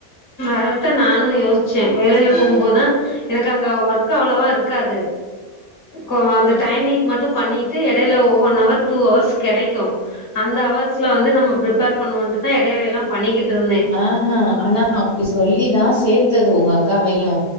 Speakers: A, on the left; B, on the left.
A: அதத்தா நானு யோசிச்சே வேலைல போகும்போதுதா எனக்கு அங்க ஒர்க் அவ்ளவா இருக்காது ஓ அந்த டைமிங் மட்டு பண்ணிட்டு எடைல ஒன் ஹவர் டூ அவர்ஸ் கெடைக்கு அந்த அவர்ஸ்ல வந்து நம்ம பிரிப்பேர் பண்ணுவோன்ட்டுதா எடையிலலா பண்ணிக்கிட்ருந்தே
B: ஆஹ ஆனா அப்டி சொல்லிதா சேத்தது உங்க அக்காவையு